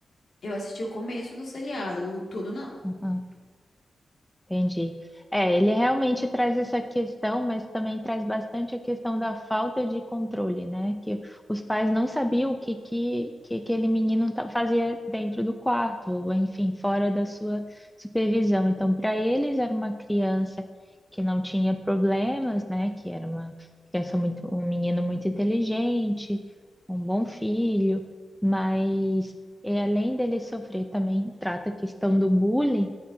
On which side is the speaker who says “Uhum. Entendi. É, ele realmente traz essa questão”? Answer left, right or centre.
Centre